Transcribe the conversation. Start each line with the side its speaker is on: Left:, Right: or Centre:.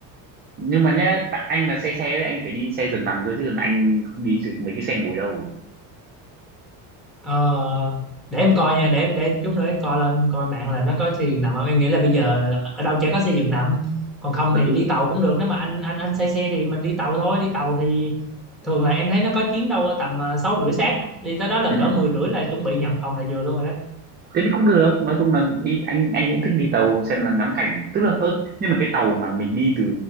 Right: nhưng mà nhá tại anh là xe xe đấy anh phải đi xe giường nằm cơ chứ anh không đi được mấy cái xe ngồi đâu
Centre: Ờ, để em coi nha để em để chút nữa em coi lên coi mạng là nó có xây dựng nằm không em nghĩ là bây giờ ở đâu chả có xây dựng nằm còn không
Right: ừ.
Centre: thì đi tàu cũng được nếu mà anh anh anh say xe thì mình đi tàu thôi đi tàu thì thường là em thấy nó có chuyến đâu tầm ờ, sáu rưỡi sáng á. đi tới đó là
Right: ừ.
Centre: cỡ mười rưỡi là chuẩn bị nhận phòng là vừa luôn rồi đó
Right: thế thì cũng được nói chung là đi anh anh cũng thích đi tàu xem là ngắm cảnh tức là ơ nhưng mà cái tàu mà mình đi từ